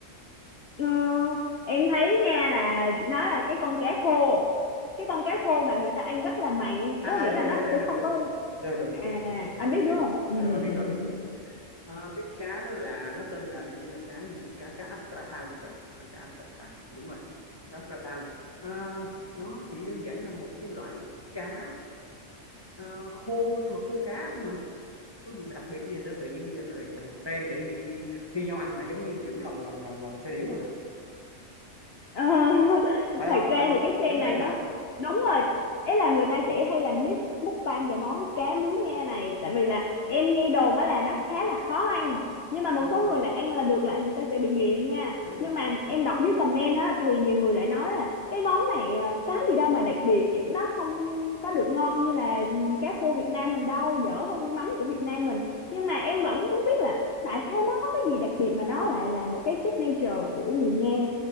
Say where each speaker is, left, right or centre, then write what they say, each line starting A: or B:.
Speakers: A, on the left; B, on the left.
A: ờ, em thấy nha là nó là cái con cá khô, cái con cá khô mà người ta ăn rất là mặn,
B: à
A: có nghĩa
B: à, rồi
A: là nó
B: rồi rồi
A: sẽ
B: rồi
A: không
B: rồi
A: có
B: rồi rồi rồi rồi
A: À,
B: rồi rồi rồi rồi
A: anh
B: rồi,
A: biết
B: hiểu
A: đúng không? Ừ,
B: rồi
A: ừ,
B: rồi, biết rồi
A: ừ.
B: biết rồi
A: ừ.
B: biết rồi Ờ, cái cá đó là nó tên là hình như là cá gì cá cá Astrakhan thì phải à, cá Astrakhan đúng rồi cá Astrakhan Ờ, nó chỉ đơn giản là một cái loại cá ờ, khô thôi mà khô cá thôi mà có gì mà đặc biệt gì vậy? tự nhiên bây giờ nó lại làm trend để đi đi thi nhau ăn hả giống như kiểu lòng lòng lòng lòng xe điếu hả
A: Ờ, <laughs>
B: phải
A: thật
B: không
A: ra
B: phải không
A: thì cái trend
B: giống vậy
A: này
B: hả
A: nó đúng rồi ý là người ta sẽ hay làm clip mukbang về món cá muối nghe này tại vì là em nghe đồn á là nó khá là khó ăn nhưng mà một
B: ừ
A: số người là ăn là được là người ta sẽ bị nghiện nha
B: đúng
A: nhưng
B: rồi
A: mà em đọc dưới comment á thì nhiều người lại nói là cái món này ờ, cái gì đâu mà đặc biệt nó không có được ngon như là cá khô Việt Nam mình đâu dở hơn mắm của Việt Nam mình nhưng mà em vẫn muốn biết là tại sao nó có cái gì đặc biệt mà nó lại là một cái signature của người Nga